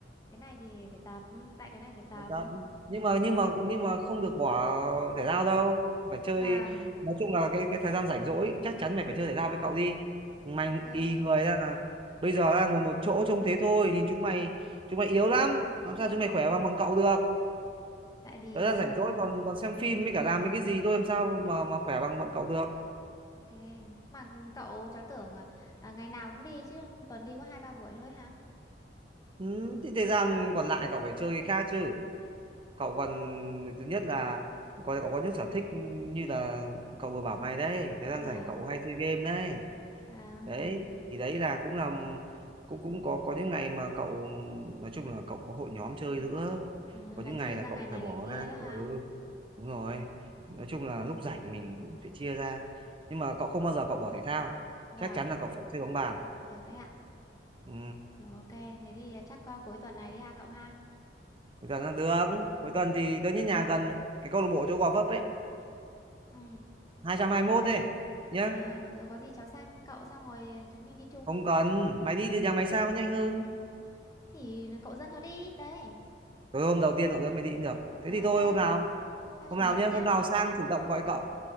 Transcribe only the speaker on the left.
Cái này thì phải tập, tại cái này phải tập.
Vâng,
ok.
Tại vì
à,
ok, mà cậu cháu tưởng à, ngày nào cũng đi chứ tuần đi có hai ba buổi thôi hả?
Vâng,
vâng.
À,
là
chia
ra
ngày này
ngày kia
đó
hả?
Vâng,
được đấy ạ.
Rồi ok, thế thì ờ, chắc à, cuối tuần này đi ha cậu ha.
Ừ.
À, rồi có gì cháu sang cậu xong rồi ờ, chúng mình đi chung.
Thì cậu dẫn cháu đi. Đấy.
Rồi
ok.
chắc
chủ
nhật
nhá.